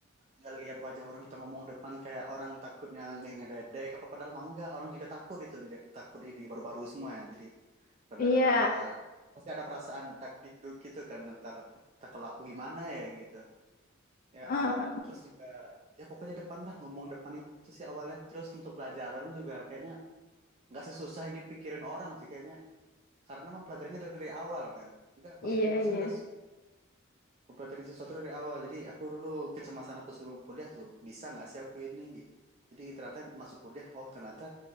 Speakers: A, on the right (about 30°); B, on the left (about 45°).
A: nggak lihat wajah orang kita ngomong depan kayak orang takutnya nge- ngededek apa padahal mah enggak orang juga takut itu nde- takut ini baru-baru semua ya jadi rada-rada
B: iya,
A: pasti ada perasaan dak dikduk gitu kan ntar, ntar kalau aku gimana ya gitu ya
B: Heeh.
A: awal terus juga ya pokoknya depan lah ngomong depan itu sih awalnya terus untuk pelajaran juga kayaknya nggak sesusah yang dipikirin orang sih kayaknya karena mempelajarinya dari awal kan juga masuk
B: Iya,
A: jurusan
B: iya.
A: nggak mempelajari sesuatu dari awal jadi aku dulu kecemasan aku sebelum kuliah tuh bisa nggak sih aku ini gitu jadi ternyata masuk kuliah oh ternyata